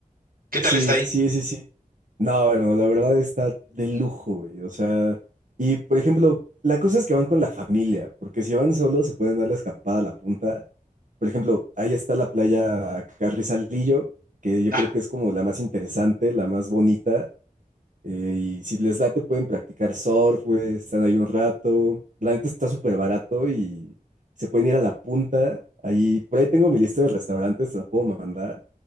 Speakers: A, on the right (about 80°); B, on the right (about 60°).
A: ¿Qué tal
B: Sí,
A: está ahí?
B: sí, sí, sí. No, hermano, la verdad está de lujo, güey. O sea, y por ejemplo, la cosa es que van con la familia, porque si van solos se pueden dar la escapada a la punta. Por ejemplo, ahí está la playa Carrizalillo, que yo
A: Ajá.
B: creo que es como la más interesante, la más bonita. Eh, y si les late, pueden practicar surf, güey, están ahí un rato. La neta está súper barato y se pueden ir a la punta. Ahí, por ahí tengo mi lista de restaurantes, se la puedo mandar.